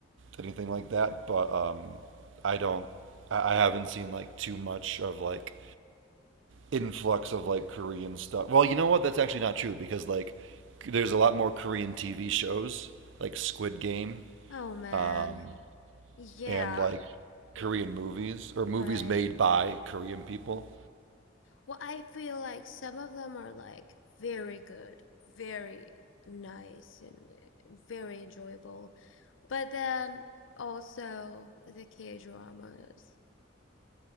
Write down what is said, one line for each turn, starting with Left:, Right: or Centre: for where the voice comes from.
Right: anything like that, but um I don't I, I haven't seen like too much of like influx of like Korean stuff. Well, you know what? That's actually not true because like k- there's a lot more Korean TV shows like Squid Game
Left: Oh man,
Right: um
Left: yeah,
Right: and like Korean movies or movies
Left: right.
Right: made by Korean people.
Left: Well, I feel like some of them are like very good, very nice, and very enjoyable, but then also the K dramas.